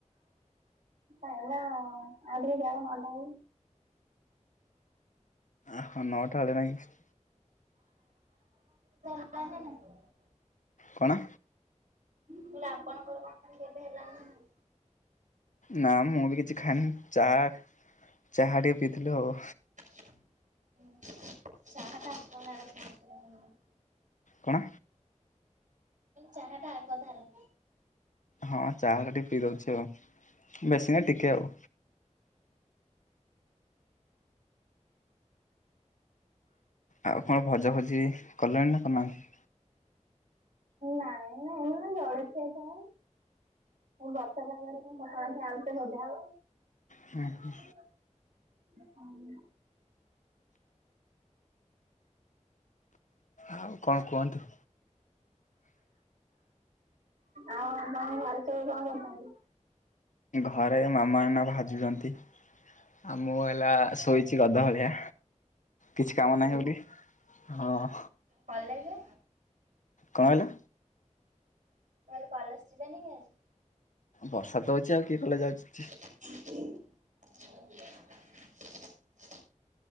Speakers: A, on the right; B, on the left.
A: କାଇନା ଆଉ ଟିକେ ଯାଉ ନଅଟା ହଉ।
B: ଓହୋ ନଅଟାରେ <inaudible>
A: ହଁ। <inaudible> <unintelligible>
B: କଣ?
A: ମୁଁ କହିଲି ଆପଣଙ୍କର ଖିଆପିଆ ହେଲାଣି ନା ନାଇଁ?
B: ନା ମୁଁ ବି କିଛି ଖାଇନି ଚା- ଚାହା ଟିକେ ପିଇଥିଲୁ ଆଉ।
A: ହୁଁ ଚାହାଟା ଆପଣଙ୍କ ଆଡ଼େ <inaudible>
B: କଣ?
A: ଚାହାଟା ଆଗ ତାର।
B: ହଁ ଚାହା ଟା ଟିକେ ପିଇଦଉଛି ଆଉ ବେଶୀ ନାଇଁ ଟିକେ ଆଉ। ଆଉ କଣ ଭଜା ଭଜି କଲେଣି ନା କରିନାହାନ୍ତି?
A: ନାଇଁ ଆମର ଜାଳିଖିଆ ଖାଇନୁ ବର୍ଷା ପାଗରେ କଣ ପଖାଳ କୁ ଆଳୁଟେ ଭଜା ହବ।
B: ହୁଁ ହୁଁ।
A: <inaudible>
B: ଆଉ କଣ କୁହନ୍ତୁ?
A: ଆଉ ଆପଙ୍କ ଘରେ ସବୁ କଣ କରୁଛନ୍ତି?
B: ଘରେ ମାମା ଏଇନା ଭାଜୁଯନ୍ତି ଆଉ ମୁଁ ହେଲା ଶୋଇଛି ଗଧ ଭଳିଆ। କିଛି
A: ମୁଁ
B: କାମ
A: ସେଇଟା।
B: ନାହିଁ ବୋଲି--ହଁ।
A: କଲେଜ?
B: କଣ <inaudible>
A: କହିଲି କଲେଜ ଯିବେନି କି?
B: ବର୍ଷା ତ ହଉଛି ଆଉ କିଏ କଲେଜ ଯାଉଛି?
A: <unintelligible>